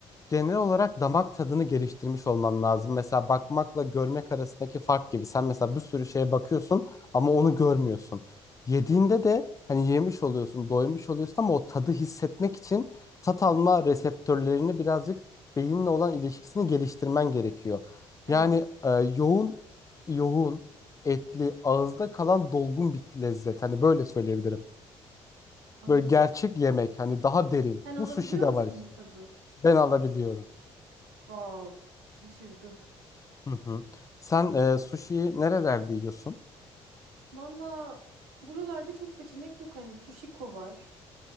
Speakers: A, on the left; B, on the right.
A: Genel olarak damak tadını geliştirmiş olman lazım. Mesela bakmakla görmek arasındaki fark gibi. Sen mesela bir sürü şeye bakıyorsun ama onu görmüyorsun. Yediğinde de hani yemiş oluyorsun, doymuş oluyorsun ama o tadı hissetmek için tat alma reseptörlerini birazcık beyinle olan ilişkisini geliştirmen gerekiyor.
B: Evet,
A: Yani e, yoğun, yoğun, etli, ağızda kalan dolgun bir lezzet. Hani böyle söyleyebilirim.
B: anladım.
A: Böyle gerçek yemek, hani daha derin.
B: Sen alabiliyor
A: Bu sushi de
B: musun
A: var işte.
B: bu tadı?
A: Ben alabiliyorum.
B: Vav, şaşırdım.
A: Hı hı. Sen e, sushi'yi nerelerde yiyorsun?
B: Valla buralarda çok seçenek yok. Hani Sushiko var.